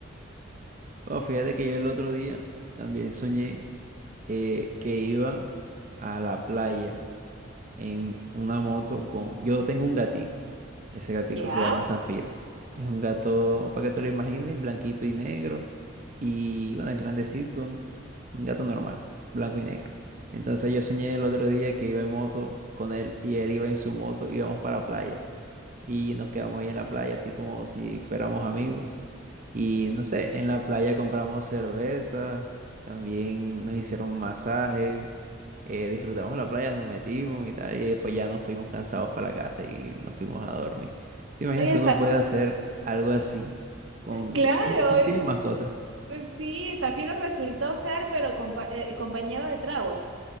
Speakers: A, on the right; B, on the right.
A: Bueno, fíjate que yo el otro día también soñé eh, que iba a la playa en una moto con... Yo tengo un gatico. Ese gatico
B: ¿Ya?
A: se llama Zafiro. Es un gato, para que te lo imagines, blanquito y negro. Y bueno, es grandecito. Un gato normal, blanco y negro. Entonces yo soñé el otro día que iba en moto con él y él iba en su moto, íbamos para la playa. Y nos quedamos ahí en la playa, así como si fuéramos amigos. Y no sé, en la playa compramos cerveza, también nos hicieron masajes. Eh, disfrutamos la playa, nos metimos y tal, y después ya nos fuimos cansados para la casa y nos fuimos a dormir. ¿Te imaginas
B: Oye,
A: que uno
B: Zaf-
A: puede hacer algo así con...
B: claro,
A: ¿Tú, tú
B: es-
A: tienes mascota?
B: eh, sí, Zafiro resultó ser, pero compa- eh, compañero de tragos.